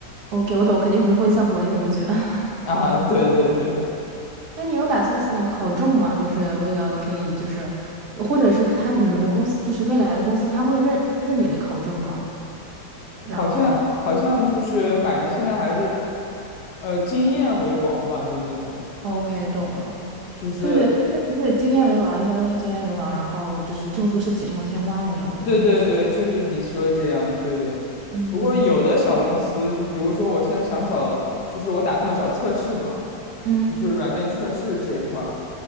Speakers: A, on the right; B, on the left.
A: OK，我懂，肯定不会像国内那么卷。<laughs>
B: 啊，对对对。
A: 那你有打算想考证吗？就是为了可以就是，或者是他们你们的公司就是未来的公司，他会认认你的考证吗？然后
B: 好像好像就是感觉现在还是，呃，经验为王吧，就那种，
A: ，OK，懂了。
B: 就是
A: 对对对，经验为王，一般都是经验为王，然后就是证书是锦上添花那种的，
B: 对对对，
A: 并不是。
B: 就是你说的这样，对对。
A: 嗯
B: 不过有的小公司，就比如说我现在想找，就是我打算找测试嘛，
A: 嗯，
B: 就是软件测试这一块儿。